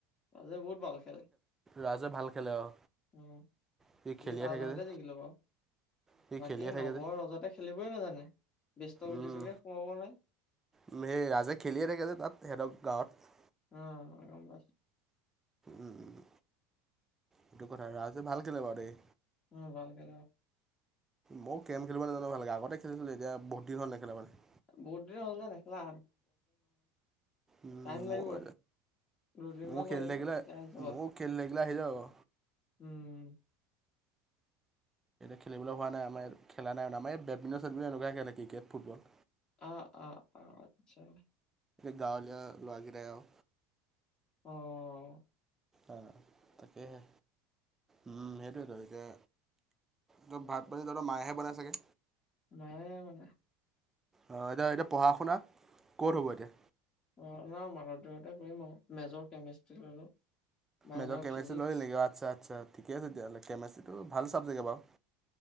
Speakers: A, on the left (about 40°); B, on the right (about 15°).
A: ৰাজে বহুত ভাল খেলে,
B: ৰাজে ভাল খেলে অহ
A: উম
B: সি
A: কালি
B: খেলিয়ে
A: তাৰ
B: থাকে
A: যহতে
B: যে
A: জিকিলোঁ বাৰু
B: সি
A: বাকী
B: খেলিয়ে
A: নব
B: থাকে যে
A: আৰু ৰজতে খেলিবই নাজানে। ব্যস্ত গুটিটোকে
B: উম,
A: সোমাব নোৱাৰে
B: উ হেই ৰাজে খেলিয়ে থাকে যে তাত, সেহঁতৰ গাঁৱত।
A: অ', গম পাইছোঁ
B: উম উম এইটো কথা ৰাজে ভাল খেলে বাও দেই।
A: উম বালকে
B: মই ও কেৰম খেলিব নাজানো ভালকে আগতে খেলি চিলো এতিয়া বহুত দিন হল নেখেলা‌ মানে।
A: বহুত দিন হ'ল যে নাখেলা।
B: উম,
A: টাইম লাগিব,
B: ময়ো
A: দুদিন
B: ময়ো
A: মান
B: খেলি
A: লাগিব
B: থাকিলে
A: তেতিয়া আহি যাব,
B: ময়ো খেলি থাকিলে আহি যাওঁ আৰু।
A: উম। <inaudible>
B: খেলিবলে হোৱা নাই আমাৰ ইয়াত‌ খেলা নাই ন আমাৰ ইয়াত বেটমিনটন এনেকুৱা খেলে ক্ৰিকেট ফুটবল।
A: অ- অ অতচা।
B: গাঁৱলিয়া লৰা কেইটাই আও।
A: অঁ।
B: আহ, তাঁকেই হে। উম সেইটোৱেই তো, এতিয়া -ত ভাত পানী ত- ত মায়ে হে বনাই চাগে।
A: নাই মানে।
B: অ এতিয়া -এতিয়া পঢ়া শুনা কত হব এতিয়া।
A: অঁ নাই কৰিম আৰু মেজৰ কেমিষ্ট্ৰ্ৰী ল'লো। মাইনৰ
B: মেজৰ কেমেষ্টী
A: ফিজিক্স
B: ললি নেকি আচ্ছা আচ্ছ। কিহত তেতিয়া হলে কেমেষ্ট্ৰি টো ভাল চাবজেক্ট তে বাও।